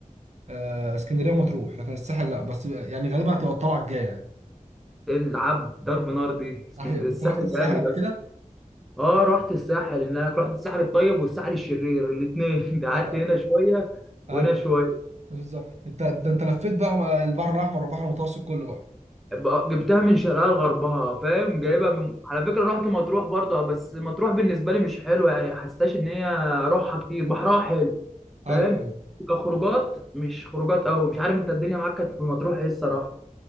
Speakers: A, on the right; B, in the centre.
A: آه، اسكندريه ومطروح لكن الساحل لا بس يعني غالبا هتبقى الطلعه الجايه يعني
B: ايه العب ضرب نار دي اسكندريه
A: ايوه انت
B: الساحل
A: رحت الساحل
B: جامد
A: قبل
B: اصلا
A: كده؟
B: اه رحت الساحل هناك رحت الساحل الطيب والساحل الشرير الاثنين <laughs> ده قعدت
A: آه، آه،
B: هنا شويه
A: ايوه
B: وهنا شويه
A: بالظبط انت ده انت لفيت بقى البحر الاحمر والبحر المتوسط كله بقى
B: بقى- جبتها من شرقها لغربها فاهم جايبها
A: ايوه
B: من... على فكره رحت مطروح برضه اه، بس مطروح بالنسبه لي مش حلوه يعني حسيتهاش ان هي روحها كتير بحرها حلو
A: ايوه
B: فاهم
A: ايوه
B: كخروجات مش خروجات قوي مش عارف انت الدنيا معاك كانت في مطروح ايه الصراحه